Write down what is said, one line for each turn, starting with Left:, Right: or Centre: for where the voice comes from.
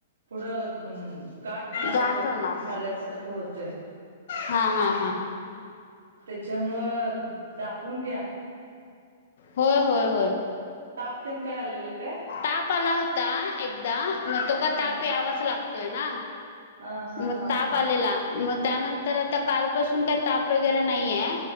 Right: पुढं गाठ हो
Left: गाठ
Right: होत
Left: होणार
Right: झाल्यासारखं होतंय.
Left: हा हा हा
Right: त्याच्यामुळं, दाखवून घ्या.
Left: होय होय होय
Right: ताप तेन काय आलेलं काय?
Left: ताप आला होता एकदा, मग तो का
Right: हा
Left: ताप यावाच लागतोय ना?
Right: हा हा
Left: मग
Right: हा
Left: ताप
Right: हा
Left: आलेला. मग त्यानंतर आता कालपासून काय ताप वगैरे नाहीए.